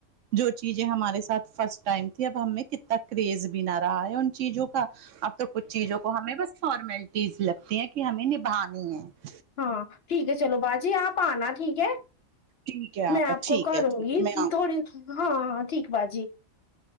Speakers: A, on the right; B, on the left.
A: جو چیزیں ہمارے ساتھ فرسٹ ٹائم تھی اب ہمیں کتنا کریز بھی نہ رہا ہے ان چیزوں کا اب تو کچھ چیزوں کو ہمیں بس فارملٹیز لگتی ہیں کی ہمیں نبھانی ہے
B: ہاں ٹھیک ہے چلو باجی آپ پانا ٹھیک ہے
A: ٹھیک ہے
B: میں
A: آپا
B: آپ
A: ٹھیک
B: کو کروں
A: ہے ٹھیک
B: گی
A: ہے میں آؤں
B: تھوڑی ہاں ہاں ٹھیک باجی